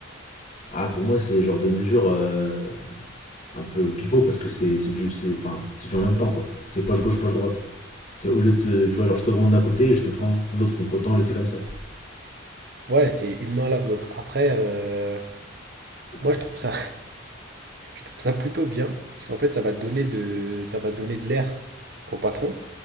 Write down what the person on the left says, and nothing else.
ah, pour moi, c'est genre de mesure euh, un peu pipeau parce que c'est c'est du, c'est- enfin, c'est du en même temps, quoi. C'est poche gauche, poche droite. C'est au lieu de, te- tu vois, genre je t'augmente d'un côté et je te prends de l'autre, donc autant laisser comme ça.
C'est
ça.